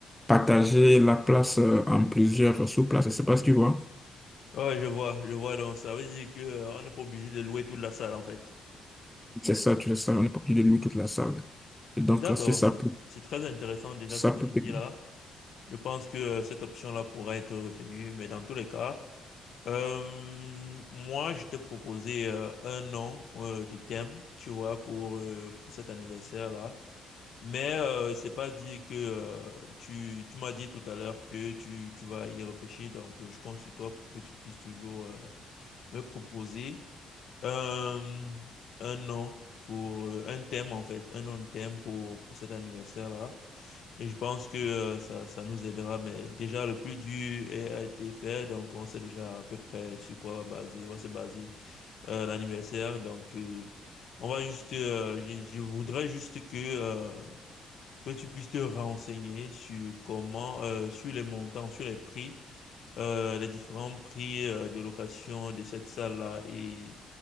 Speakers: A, in the centre; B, on the left.
A: partager la place euh, en plusieurs sous-places. Je sais pas si tu vois.
B: Ouais, je vois, je vois. Donc, ça veut dire que, euh, on n'est pas obligé de louer toute la salle, en fait.
A: C'est ça, tu laisses ça, on est parti de lui toute la salle. Et donc,
B: D'accord,
A: euh, c'est ça
B: c'est,
A: pour,
B: c'est très intéressant déjà
A: ça
B: ce que
A: pour...
B: tu
A: te-
B: dis là. Je pense que euh, cette option-là pourra être retenue, mais dans tous les cas. Euh, moi, je t'ai proposé euh, un nom euh, de thème, tu vois, pour euh, pour cet anniversaire-là. Mais euh, c'est pas dit que euh, tu tu m'as dit tout à l'heure que tu tu vas y réfléchir. Donc, euh, je compte sur toi pour que tu puisses toujours euh, me proposer euh, un nom pour euh, un thème en fait, un nom de thème pour pour cet anniversaire-là. Et je pense que euh, ça, ça nous aidera, mais déjà le plus dur est- a été fait, donc on sait déjà à peu près sur quoi va baser, va se baser euh, l'anniversaire. Donc euh, on va juste, euh, je, je voudrais juste que euh, que tu puisses te renseigner sur comment, euh, sur les montants, sur les prix, euh, les différents prix euh, de location de cette salle-là et